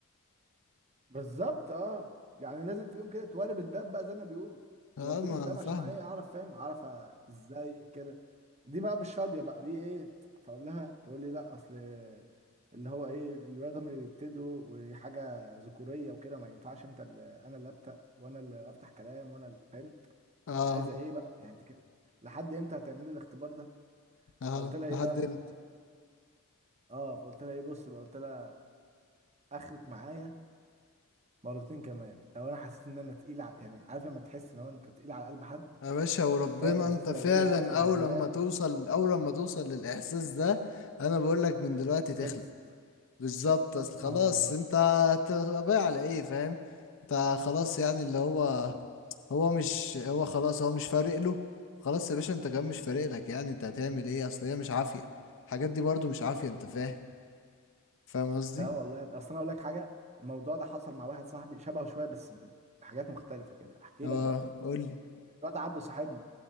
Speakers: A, on the right; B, on the left.
A: بالظبط اه يعني لازم في يوم كده توارب الباب بقى زي ما بيقولوا
B: اه
A: توربلي
B: ما
A: الباب
B: انا فاهم
A: عشان ايه اعرف فاهم اعرف ازاي كده دي بقى بالشاديه بقى دي ايه فاقول لها تقول لي لا اصل اللي هو ايه الولاد هم اللي بيبتدوا وحاجه ذكوريه وكده ما ينفعش انت اللي انا اللي ابدا وانا اللي افتح كلام وانا اللي فاهم
B: اه
A: انت عايزه ايه بقى يعني انت كده لحد امتى هتعملي الاختبار ده
B: اه
A: فقلت لها
B: لحد
A: ايه بقى
B: امتى
A: اه فقلت لها ايه بص بقى قلت لها اخرك معايا مرتين كمان لو انا حسيت ان انا تقيل ع... يعني عارف لما تحس لو انت تقيل على قلب حد
B: يا باشا وربنا
A: ده انا الاحساس
B: انت
A: ده
B: فعلا
A: لو جالي وقسما
B: اول
A: بالله
B: لما توصل اول لما توصل للاحساس ده انا بقول لك من دلوقتي تخلق
A: خلصت
B: بالظبط اصل خلاص
A: اه والله
B: انت هت- هتبقى باقي على ايه فاهم انت خلاص يعني اللي هو هو مش هو خلاص هو مش فارق له خلاص يا باشا انت كمان مش فارق لك يعني انت هتعمل ايه اصل هي مش عافية الحاجات دي برضو مش عافية انت فاهم فاهم قصدي
A: اه والله يا ابني. اصل انا اقول لك حاجه الموضوع ده حصل مع واحد صاحبي شبهه شويه بس ب- بحاجات مختلفه كده احكي
B: اه
A: لك بقى
B: قول لي
A: الواد عبده صاحبنا